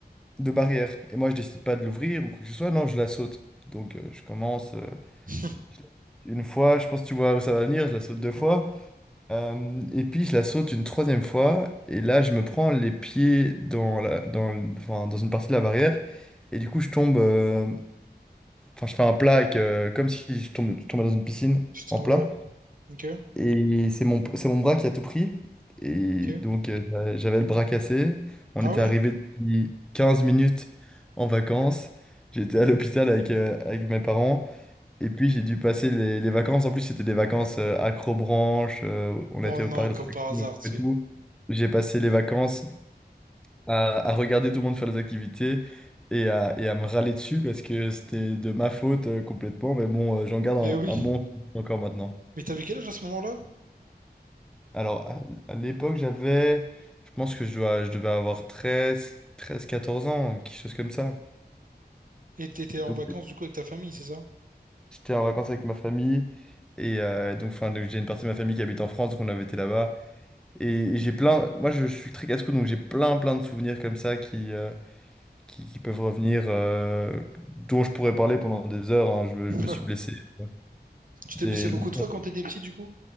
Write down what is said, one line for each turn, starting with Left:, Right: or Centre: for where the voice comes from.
Centre: de barrière. Et moi, je décide pas de l'ouvrir ou quoi que ce soit. Non, je la saute. Donc euh, je commence euh,
Right: <laughs>
Centre: je la saute une fois, je pense que tu vois où ça va venir, je la saute deux fois.
Right: Ouais.
Centre: Euh, et puis je la saute une troisième fois, et là je me prends les pieds dans la, dans, le- enfin, dans une partie de la barrière, et du coup je tombe, euh, enfin je fais un plat avec, euh, comme si je tombe- je tombais dans une piscine
Right: Putain,
Centre: en plat,
Right: ouais. Ok,
Centre: et c'est mon, c'est mon bras qui a tout pris, et
Right: ok.
Centre: donc euh, j'a- j'avais le bras cassé, on
Right: Ah
Centre: était
Right: ouais.
Centre: arrivé depuis 15 minutes en vacances, j'étais à l'hôpital avec, euh, avec mes parents, et puis j'ai dû passer les, les vacances, en plus c'était des vacances euh, accrobranche, euh, on
Right: Oh
Centre: était
Right: non,
Centre: au parc d'attractions.
Right: comme par hasard, tu sais.
Centre: J'ai passé les vacances à, à regarder tout le monde faire des activités et à, et à me râler dessus parce que c'était de ma faute euh, complètement. Mais bon, euh, j'en garde
Right: Eh
Centre: un,
Right: oui.
Centre: un bon souvenir encore maintenant.
Right: Mais t'avais quel âge à ce moment-là?
Centre: Alors, à, à l'époque, j'avais, je pense que je dois, je devais avoir treize treize 14 ans, quelque chose comme ça.
Right: Et t'étais en
Centre: Donc,
Right: vacances du coup avec ta famille, c'est ça?
Centre: j'étais en vacances avec ma famille. Et euh, donc, enfin, donc, j'ai une partie de ma famille qui habite en France, donc on avait été là-bas. Et, et j'ai plein, moi je, je suis très casse-cou, donc j'ai plein, plein de souvenirs comme ça qui, euh, qui, qui peuvent revenir, euh, dont je pourrais parler pendant des heures. hein. Je, me
Right: <laughs>
Centre: je me suis blessé.
Right: Ouais.
Centre: euh,
Right: Tu
Centre: Des,
Right: t'es blessé beaucoup
Centre: des-
Right: de fois quand t'étais petit du coup?